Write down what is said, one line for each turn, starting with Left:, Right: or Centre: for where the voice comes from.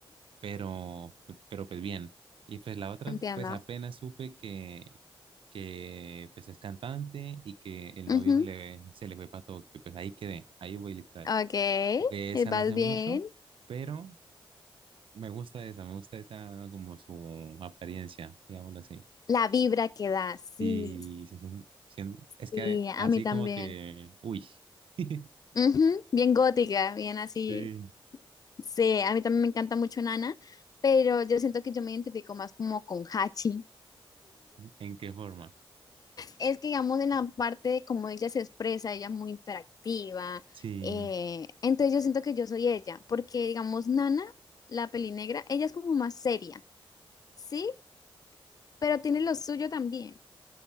Right: pero, pe- pero pues bien. Y pues la otra,
Left: entiendo.
Right: pues apenas supe que, que pues es cantante y que el novio
Left: Ujú,
Right: se le, se le fue para Tokio, pues ahí quedé, ahí voy literal.
Left: Ok, eh,
Right: De esa
Left: vas
Right: no sé
Left: bien.
Right: mucho, pero me gusta esa, me gusta esa como su apariencia, digámoslo así.
Left: La vibra que da, sí,
Right: Y se sien- sien- es
Left: sí,
Right: que
Left: a
Right: así
Left: mí también.
Right: como que, uy, <laughs>
Left: Ujú, Bien gótica, bien así.
Right: Sí.
Left: Sí, a mí también me encanta mucho Nana, pero yo siento que yo me identifico más como con Hachi.
Right: ¿en qué forma?
Left: es que digamos en la parte de cómo ella se expresa, ella es muy interactiva,
Right: Sí.
Left: eh, entonces yo siento que yo soy ella, porque digamos Nana, la peli negra, ella es como más seria, ¿sí? Pero tiene lo suyo también,